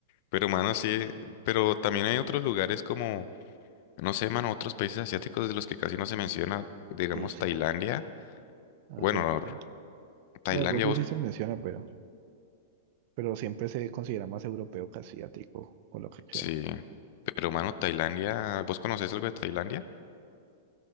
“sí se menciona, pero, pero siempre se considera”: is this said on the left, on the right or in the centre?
Right